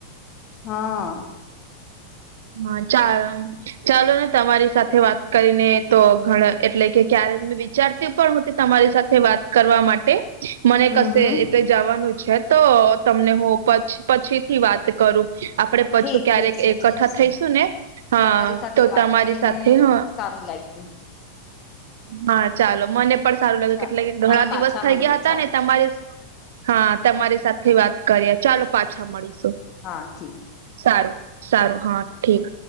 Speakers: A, on the left; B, on the right.
A: હા.
B: હા ચ ચાલો ને તમારી સાથે વાત કરીને તો ઘણા- એટલે કે ક્યારે મેં વિચારતી પણ તમારી સાથે વાત કરવા માટે મને
A: હમ
B: કશે
A: હમ
B: એટલે જવાનું છે તો તમને હું પછીથી વાત કરું. આપડે
A: ઠીક
B: પછું ક્યારેક
A: ઠીક છે
B: એકઠા
A: ઠીક છે
B: થઈશું ને હા
A: તમારી સાથે
B: તો
A: વાત
B: તમારી
A: કરીને
B: સાથે હ
A: સારું લાગ્યું
B: હા ચાલો મને પણ સારું લાગ્યું
A: ચાલો
B: કેટલે કે ઘણા
A: હા
B: દિવસ
A: પાછા
B: થઈ
A: મળીએ
B: ગયા હતા
A: ચાલો
B: ને તમારે હા તમારી સાથે વાત કરી્યા ચાલો પાછા મળીશું.
A: હા જી.
B: સારું સારું હા ઠીક.